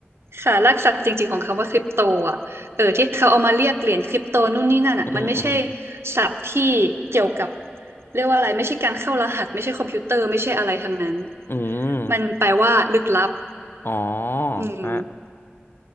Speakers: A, on the right (about 75°); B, on the left (about 60°).
A: ค่ะรากศัพท์จริงๆของคำว่าคริปโตอะเออที่เขาเอามาเรียกเหรียญคริปโตนู่นนี่นั่นอะมันไม่ใช่
B: อืมอืม
A: ศัพท์ที่เกี่ยวกับเรียกว่าอะไรไม่ใช่การเข้ารหัสไม่ใช่คอมพิวเตอร์ไม่ใช่อะไรทั้งนั้น
B: อืม
A: มันแปลว่าลึกลับ
B: อ๋อ
A: อืม
B: ฮะ